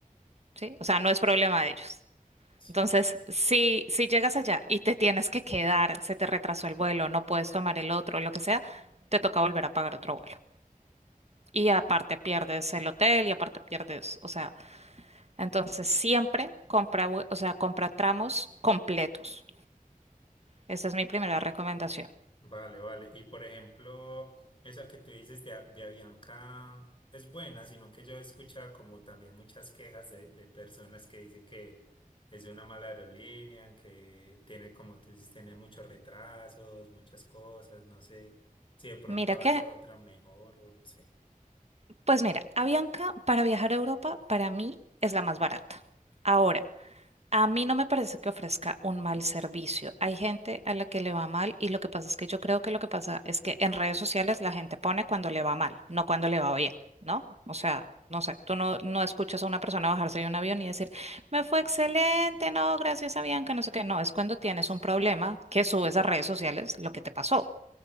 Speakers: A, on the right (about 50°); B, on the left (about 35°).
A: ¿sí? O sea, no es problema de ellos.
B: Sí.
A: Entonces, si, si llegas allá y te tienes que quedar, se te retrasó el vuelo, no puedes tomar el otro, lo que sea, te toca volver a pagar otro vuelo. Y aparte pierdes el hotel y aparte pierdes, o sea, entonces siempre compra, hue- o sea, compra tramos completos. Esa es mi primera recomendación.
B: Vale, vale. Y por ejemplo, esa que tú dices de, A- de Avianca es buena, sino que yo he escuchado como también muchas quejas de, de personas que dicen que es una mala aerolínea, que tiene, como tú dices, tiene muchos retrasos, muchas cosas, no sé si de pronto
A: Mira que,
B: haya otra mejor o no sé.
A: pues mira, Avianca para viajar a Europa para mí es la más barata. Ahora, A mí no me parece que ofrezca un mal servicio. Hay gente a la que le va mal y lo que pasa es que yo creo que lo que pasa es que en redes sociales la gente pone cuando le va mal, no cuando le va bien, ¿no? O sea, no sé, tú no, no escuchas a una persona bajarse de un avión y decir, me fue excelente, no, gracias a Bianca, no sé qué. No, es cuando tienes
B: Sí,
A: un problema que subes a redes sociales lo que te pasó.